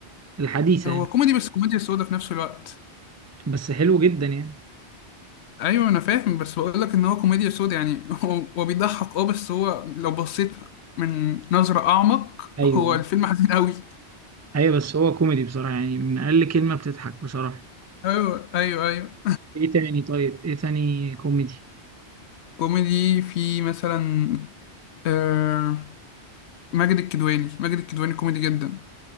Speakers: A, on the right; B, on the left.
A: الحديثة
B: هو
A: يعني
B: كوميدي بس كوميديا سودا في نفس الوقت
A: بس حلو جدا يعني
B: أيوه أنا فاهم بس بقول لك إن هو كوميديا سودا يعني <laughs> هو هو بيضحك أه بس هو لو بصيت من نظرة أعمق
A: ايوه
B: هو الفيلم حزين أوي
A: ايوه بس هو كوميدي بصراحة يعني من اقل كلمة بتضحك بصراحة
B: أيوه أيوه أيوه
A: ايه تاني طيب ايه تاني كوميدي
B: كوميدي في مثلا آه ماجد الكدواني ماجد الكدواني كوميدي جدا